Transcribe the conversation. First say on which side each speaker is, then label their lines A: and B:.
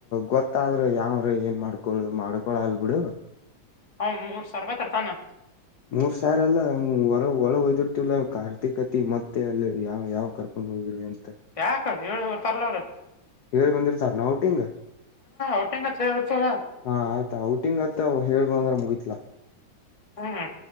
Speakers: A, on the left (about 60°); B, on the left (about 15°).
A: ಗೊತ್ತ ಆದ್ರರು ಯಾವಾರ ಏನ್ ಮಾಡ್ಕೊಳ್ ಮಾಡ್ಕೊಳ ಅಲ್ ಬಿಡು
B: ಅವ್ ಮೂರ್ ಸಾವಿರ ರೂಪಾಯಿ ತರ್ತಾನ
A: ಮೂರ್ ಸಾವಿ ಅಲ್ಲ ಹೊಳ ಒಳ ಹಯ್ತ ಅಲ ಕಾರ್ಥಿಕತೆ ಮತ್ತೆ ಅಲ್ಲಿ ಯಾವ ಯಾವ್ ಕರ್ಕೊಂಡು ಹೋಗಿದ್ರವಿ ಅಂತ
B: ಯಾಕ ಹೇಳ ಬರ್ತಾರಲ್ಲ ಅವ್ರ
A: ಏಳ್ ಬಂದಿ ಸರ್ ನ ಔಟಿಂಗ್
B: ಒಟ್ಟಂಗ ಬಿಡ್ತಾರ
A: ಹಾ ಆಯ್ತಾ ಔಟಿಂಗ್ ಅತ್ ಹೇಳ್ಗು ಅಂದ್ರೆ ಮುಗಿತ್ಲಾ
B: ಹ್ಮ್